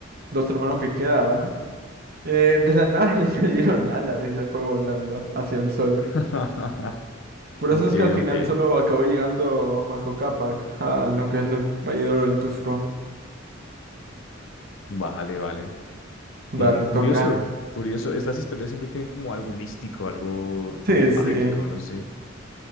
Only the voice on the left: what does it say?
<laughs>
ok,
ok,
vale, vale. Eh,
curioso,
curioso, estas historias siempre tienen como algo místico, algo
mágico, no sé.